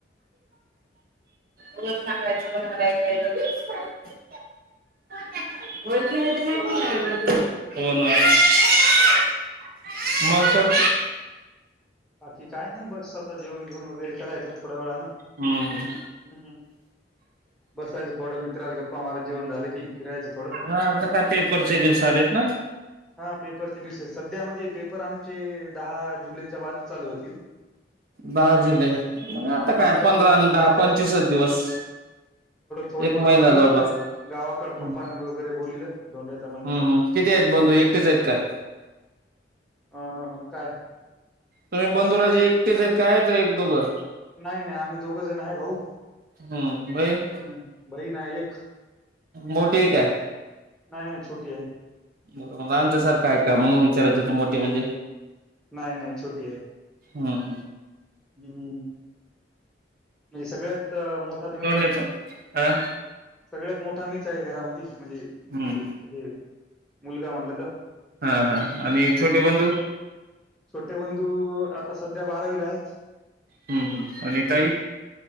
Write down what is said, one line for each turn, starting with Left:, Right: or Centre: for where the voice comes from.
Right: उगाच सांगायचय कोण आलंय काय नाही आले <unintelligible> हो ना <unintelligible> मग तर
Centre: बाकी काय नाही बस आता जेवण घेऊन वगैरे करायचं थोड्या वेळा ना,
Right: हम्म
Centre: हम् बसायचं थोडं मित्र आला गप्पा मारत जेवण झाले कि फिरायचं थोडं,
Right: हा आता काय पेपरचे
Centre: हम्
Right: दिवस आलेत ना
Centre: हां पेपरचे दिवस आहेत सध्या म्हणजे पेपर आमचे दहा जुलै <unintelligible> चालू होतील,
Right: दहा जुलै मग
Centre: हां
Right: आता
Centre: तर
Right: काय
Centre: त्याच्यामुळे
Right: पंधरा आणि
Centre: मग
Right: दहा
Centre: थोडं,
Right: पंचवीसच दिवस
Centre: हं, थोडं
Right: एक
Centre: मंग
Right: महिना
Centre: जरा आलो
Right: जवळपास
Centre: आता गावाकडं
Right: हम्म
Centre: पप्पाने वगैरे बोलीवलं धोंड्याच्या महिन्यासाठी.
Right: हम्म किती आहेत बंधू एकटेच आहेत काय
Centre: अं काय
Right: तुम्ही बंधुराजे एकटेच आहेत काय? त एक दोघं
Centre: नाही नाही आम्ही दोघ जण आहे भाऊ,
Right: हम्म बहीण
Centre: हं बहीण आहे एक
Right: मोठी एक आहे.
Centre: नाही नाही छोटी आहे.
Right: <unintelligible> आमच्या सारखं
Centre: हम्म
Right: आहे का म्हणून विचारयचं होत मोठ ते म्हणजे
Centre: नाही नाही छोटी आहे.
Right: हम् हम्
Centre: हम्म म्हणजे सगळ्यात मोठा तुम्हीच
Right: दोंड्याच
Centre: आहे.
Right: हा
Centre: सगळ्यात मोठा मीच आहे घरामधी म्हणजे
Right: हम्म
Centre: म्हण
Right: हम्म
Centre: हे मुलगा म्हणलं तर
Right: हां हां आणि <inaudible> छोटे
Centre: हम्म
Right: बंधू
Centre: छोटे बंधू सध्या बारावीला आहेत
Right: हम्म हम्म आणि <inaudible> ताई